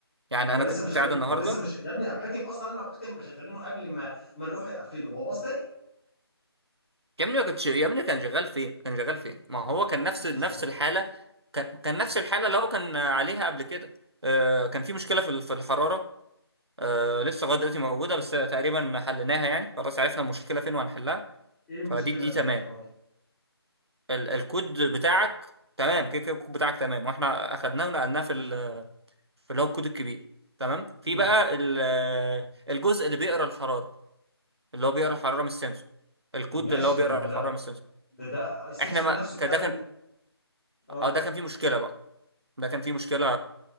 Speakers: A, on the right; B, in the centre.
A: يعني
B: هو
A: انا
B: لسه
A: كنت
B: مش خل...
A: قاعد النهارده
B: هو لسه مش يا ابني حاتم اصلا انا وحاتم شغالينه قبل ما ما نروح يقفله هو باص تاني
A: يا ابني ما كنتش يا ابني كان شغال فين كان شغال فين ما هو كان
B: والله
A: نفس
B: كان
A: نفس
B: شغال
A: الحاله كان كان نفس الحاله اللي هو كان عليها قبل كده آه، كان في مشكله في ال- في الحراره آه لسه لغايه دلوقتي موجوده بس تقريبا حليناها يعني خلاص عرفنا المشكله فين وهنحلها
B: ايه المشكلة
A: فدي دي
B: اللي
A: تمام
B: في الحرارة
A: ال الكود بتاعك تمام كده كده الكود بتاعك تمام واحنا اخدناه ونقلناه في ال- في اللي هو الكود الكبير تمام في
B: مم.
A: بقى ال- الجزء اللي بيقرا الحراره اللي هو بيقرا الحراره من السنسور الكود
B: طب ماشي
A: اللي هو
B: طب
A: بيقرا
B: ما هو ده
A: الحراره من السنسور
B: ده ده السنسور
A: احنا ما
B: نفسه بتاع
A: كان- ده
B: ال...
A: كان
B: اه
A: اه ده كان فيه مشكله بقى ده كان فيه مشكلة